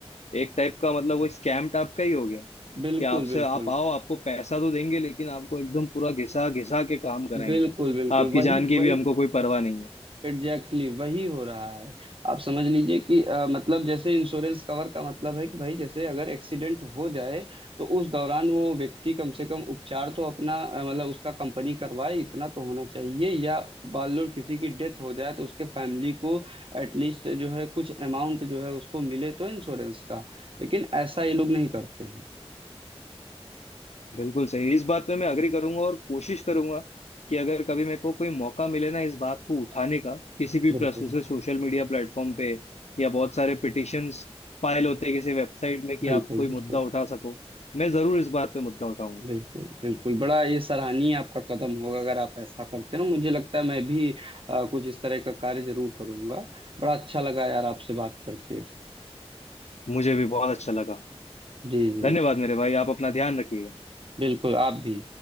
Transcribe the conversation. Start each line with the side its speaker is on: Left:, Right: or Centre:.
Left: एक टाइप का मतलब वो स्कैम टाइप का ही हो गया कि
Right: बिल्कुल
Left: आपसे
Right: बिल्कुल
Left: आप आओ आपको पैसा तो देंगे लेकिन आपको एकदम पूरा घिसा घिसा के काम कराएंगे
Right: बिल्कुल बिल्कुल
Left: आपकी
Right: वही
Left: जान की
Right: वही
Left: भी हमको कोई परवाह नहीं है
Right: एग्जैक्टली exactly, वही हो रहा है आप समझ लीजिए कि अ, मतलब जैसे इंश्योरेंस कवर का मतलब है कि भाई जैसे अगर एक्सीडेंट हो जाए तो उस दौरान वो व्यक्ति कम से कम उपचार तो अपना अ, मतलब उसका कंपनी करवाए इतना तो होना चाहिए या मान लो किसी की डेथ हो जाए तो उसके फैमिली को एटलीस्ट जो है कुछ अमाउंट जो है उसको मिले तो इंश्योरेंस का लेकिन ऐसा ये लोग नहीं करते हैं
Left: बिल्कुल सही इस बात पे मैं अग्री करूंगा और कोशिश करूंगा कि अगर कभी मेरे को कोई मौका मिले ना इस बात को उठाने का किसी भी
Right: बिल्कुल
Left: प्लस से सोशल मीडिया प्लेटफॉर्म पे या बहुत सारे पिटिशंस फाइल होते हैं किसी वेबसाइट में कि
Right: बिल्कुल
Left: आप कोई
Right: बिल्कुल
Left: मुद्दा उठा सको मैं जरूर इस बात पे मुद्दा उठाऊंगा
Right: बिल्कुल बिल्कुल बड़ा ये सराहनीय आपका कदम होगा अगर आप ऐसा करते हो मुझे लगता है मैं भी अ, कुछ इस तरह का कार्य जरूर करूंगा बड़ा अच्छा लगा यार आपसे बात करके
Left: मुझे भी बहुत अच्छा लगा
Right: जी जी
Left: धन्यवाद मेरे भाई आप अपना ध्यान रखिएगा
Right: बिल्कुल आप भी